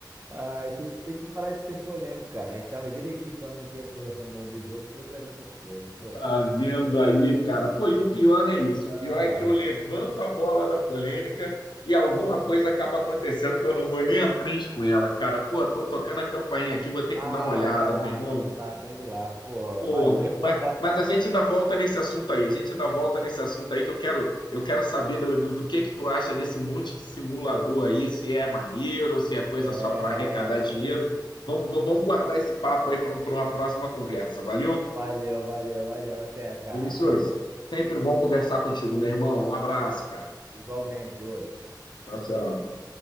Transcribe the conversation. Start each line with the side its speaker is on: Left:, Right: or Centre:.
Right: Ai, tu tem que parar de ser polêmico, cara. A gente tava direitinho falando aqui, ia conversar no do jogo, tu vai trazer essas coisas. Pô,
Left: Tá
Right: cara.
Left: vendo
Right: Pô,
Left: aí, cara? Pô, e o pior não é isso. O
Right: ah,
Left: pior é que eu levanto a bola da polêmica e alguma
Right: pô.
Left: coisa acaba acontecendo que eu não vou nem à frente com ela, cara. Pô, estão tocando a campainha aqui, vou ter
Right: Ah,
Left: que dar uma olhada,
Right: vai lá,
Left: meu irmão.
Right: atende lá, atende lá. Pô,
Left: Pô,
Right: valeu.
Left: mas,
Right: <laughs>
Left: mas a gente ainda volta nesse assunto aí. A gente ainda volta nesse assunto aí que eu quero, eu quero saber do, do, do que que tu acha desse monte de simulador aí, se é maneiro, se é coisa
Right: É,
Left: só para arrecadar
Right: isso
Left: dinheiro.
Right: aí.
Left: Vamos, vamos vamos guardar esse papo aí para uma próxima conversa. Valeu,
Right: Valeu, valeu, valeu. Até, cara.
Left: Vinícius, sempre bom conversar contigo, meu irmão. Um abraço, cara.
Right: Igualmente, outro.
Left: Tchau, tchau.